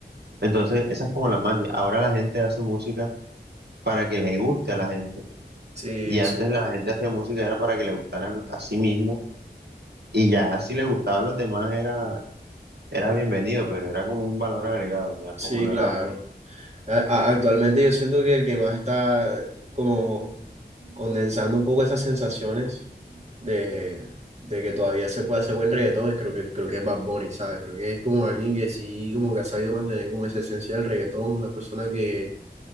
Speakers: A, on the right; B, on the right.
A: Entonces, esa es como la magia. Ahora la gente hace música para que le guste a la gente.
B: Sí,
A: Y antes
B: sí,
A: la gente hacía música era para que le gustaran a sí mismo. Y ya si le gustaba a los demás era Era bienvenido, pero era como un valor agregado, no era como
B: sí,
A: nada
B: claro.
A: muy...
B: A- a- actualmente yo siento que el que más está como condensando un poco esas sensaciones de, de que todavía se puede hacer buen reggaetón, es- creo que, creo que es Bad Bunny, ¿sabes? Creo que es como alguien que sí, como que ha sabido mantener como esa esencia del reggaetón, una persona que